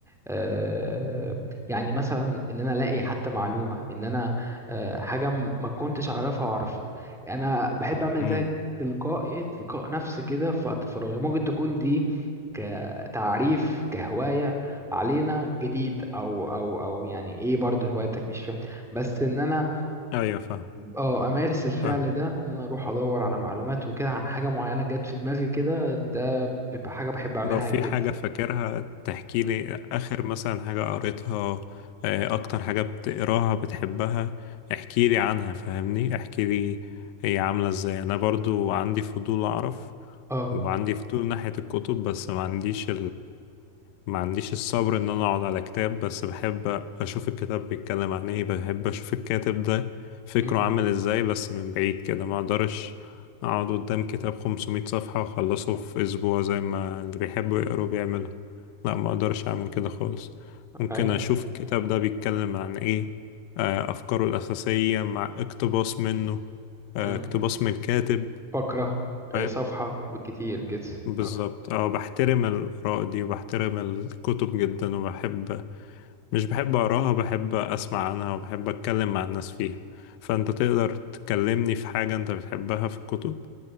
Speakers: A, in the centre; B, on the left.
A: آه، يعني مثلا ان انا الاقي حتى معلومه ان انا آه، حاجه م- ما كنتش اعرفها واعرفها انا بحب اعمل
B: امم
A: ده تلقائي تلقاء نفسي كده في وقت فراغي ممكن تكون دي كتعريف كهوايه علينا جديد او او او يعني ايه برضه هوايتك مش فاهم بس ان انا
B: ايوه فاهم
A: اه امارس الفعل
B: فاهم
A: ده ان انا اروح ادور على معلومات وكده عن حاجه معينه جت في دماغي كده ده بيبقى حاجه بحب اعملها
B: لو في
A: جدا
B: حاجة فاكرها تحكي
A: م.
B: لي آخر مثلا حاجة قريتها آه، أكتر حاجة بتقراها بتحبها احكي لي عنها فاهمني احكي لي هي عاملة ازاي أنا برضو عندي فضول أعرف
A: اه
B: وعندي فضول ناحية الكتب بس ما عنديش ما عنديش الصبر ان انا اقعد على كتاب بس بحب اشوف الكتاب بيتكلم عن ايه بحب اشوف الكاتب ده فكره
A: م.
B: عامل ازاي بس من بعيد كده ما اقدرش اقعد قدام كتاب 500 صفحة واخلصه في اسبوع زي ما اللي بيحبوا يقروا بيعملوا لا ما اقدرش اعمل كده خالص ممكن
A: ايوه
B: اشوف الكتاب ده بيتكلم عن ايه آه، افكاره الاساسية مع اقتباس منه آه،
A: آه،
B: اقتباس من الكاتب
A: فقرة آه،
B: فاهم
A: صفحة بالكتير كده
B: بالظبط
A: مثلا
B: اه بحترم الآراء دي وبحترم الكتب جدا وبحب مش بحب أقراها بحب أسمع عنها وبحب أتكلم مع الناس فيها فأنت تقدر تكلمني في حاجة أنت بتحبها في الكتب